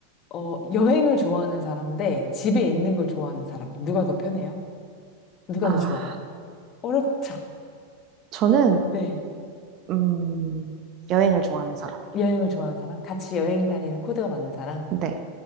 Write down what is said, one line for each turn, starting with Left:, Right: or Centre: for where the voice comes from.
Left: 어, 여행을 좋아하는 사람 대 집에 있는 걸 좋아하는 사람, 누가 더 편해요? 누가
Right: 아,
Left: 더 좋아요? 어렵죠.
Right: 저는,
Left: 네.
Right: 음, 여행을 좋아하는 사람.
Left: 여행을 좋아하는 사람? 같이 여행 다니는 코드가 맞는 사람?
Right: 네.